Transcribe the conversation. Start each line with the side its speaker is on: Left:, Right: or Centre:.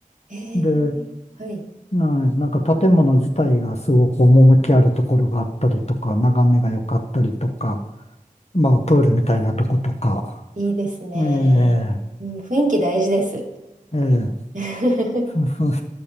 Right: えー、
Left: で、
Right: はい、
Left: なんなんか建物自体がすごく趣あるところがあったりとか、眺めが良かったりとか、まあプールみたいなとことか、
Right: いいですね。
Left: ええ
Right: うん、雰囲気大事です。
Left: ええ
Right: <laughs>
Left: ふんふんい